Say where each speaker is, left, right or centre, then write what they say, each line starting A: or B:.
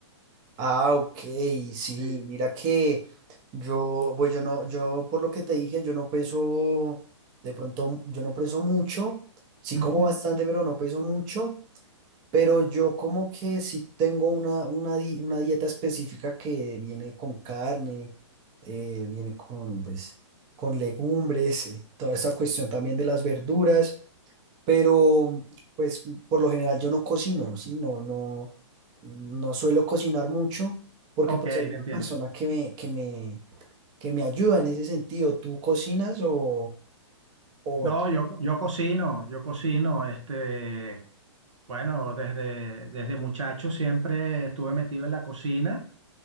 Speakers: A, on the right; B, on the right.
A: Ah, ok, sí,
B: Sí.
A: mira que Yo, pues yo no, yo por lo que te dije, yo no peso, de pronto, yo no peso mucho, sí
B: Ujú.
A: como bastante, pero no peso mucho, pero yo como que sí tengo una, una, di- una dieta específica que viene con carne, eh, viene con, pues, con legumbres, eh, toda esta cuestión también de las verduras, pero pues por lo general yo no cocino, sí, no, no, no suelo cocinar mucho, porque
B: Ok,
A: pues
B: te
A: hay una
B: entiendo.
A: persona que me, que me que me ayuda en ese sentido. ¿Tú cocinas o, o
B: No,
A: t-
B: yo, yo cocino, yo cocino, este, bueno, desde, desde muchacho siempre estuve metido en la cocina,